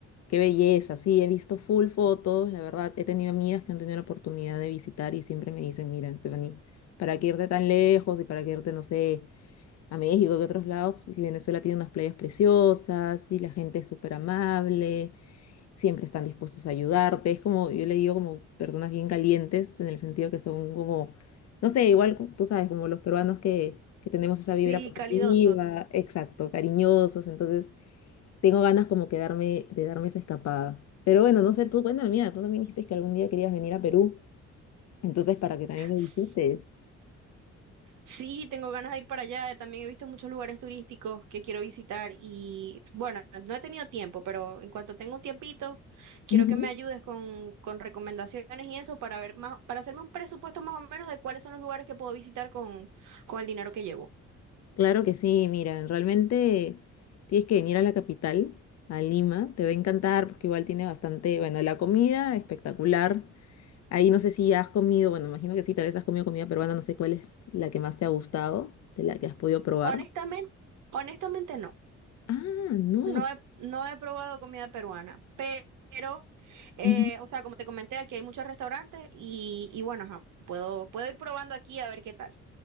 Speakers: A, on the left (about 60°); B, on the right (about 80°).
A: Qué belleza, sí, he visto full fotos, la verdad, he tenido amigas que han tenido la oportunidad de visitar y siempre me dicen, mira, Stephanie, ¿para qué irte tan lejos y para qué irte, no sé, a México que otros lados? Y Venezuela tiene unas playas preciosas y la gente es súper amable, siempre están dispuestos a ayudarte, es como, yo le digo como personas bien calientes en el sentido que son como, no sé, igual co- tú sabes, como los peruanos que, que tenemos esa vibra
B: Sí,
A: positiva,
B: calidosos.
A: exacto, cariñosos, entonces... Tengo ganas como que darme- de darme esa escapada. Pero bueno, no sé, tú, cuéntame mía, tú también dijiste que algún día querías venir a Perú, entonces para que también me
B: S-
A: visites.
B: Sí, tengo ganas de ir para allá. También he visto muchos lugares turísticos que quiero visitar y bueno, no he tenido tiempo, pero en cuanto tenga un tiempito, quiero
A: Ujú.
B: que me ayudes con, con recomendaciones y eso para ver más, para hacerme un presupuesto más o menos de cuáles son los lugares que puedo visitar con, con el dinero que llevo.
A: Claro que sí, mira, realmente tienes que venir a la capital, a Lima, te va a encantar porque igual tiene bastante, bueno, la comida espectacular. Ahí no sé si has comido, bueno, imagino que sí, tal vez has comido comida peruana, no sé cuál es la que más te ha gustado, de la que has podido probar.
B: Honestamente, honestamente no.
A: Ah, no,
B: No he, no he probado comida peruana, pero, eh,
A: no.
B: o sea, como te comenté, aquí hay muchos restaurantes y, y bueno, ajá, puedo, puedo ir probando aquí a ver qué tal.